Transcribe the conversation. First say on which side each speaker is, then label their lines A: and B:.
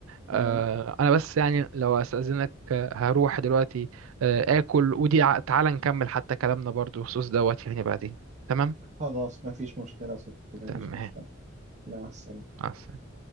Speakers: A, on the right; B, on the right.
A: آه،
B: تمام
A: أنا بس يعني لو أستأذنك آه، هروح دلوقتي آه، آكل ودي ع- تعالى نكمل حتى كلامنا برضو بخصوص دوت يعني بعدين تمام
B: خلاص مفيش مشكلة يا صديقي مفيش
A: تمام
B: مشكلة مع السلامة
A: مع السلامة